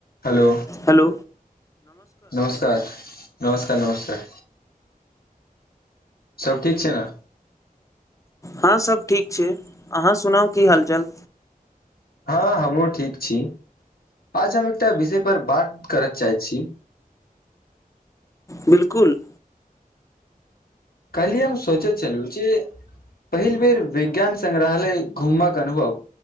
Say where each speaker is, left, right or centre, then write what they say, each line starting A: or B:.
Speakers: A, on the left; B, on the left.
A: Hello
B: hello
A: नमस्कार नमस्कार नमस्कार सभ ठीक छै नऽ
B: हँं सब ठीक छै अहाँ सुनाउ की हालचाल
A: हँ हमहुँ ठीक छी आज हम एकटा विषय पर बात करत चाहैत छी
B: बिल्कुल
A: कल्हि हम सोचैत चलू जे पहिल बेेर विज्ञान संगग्रहालय घुमबाक अनुभव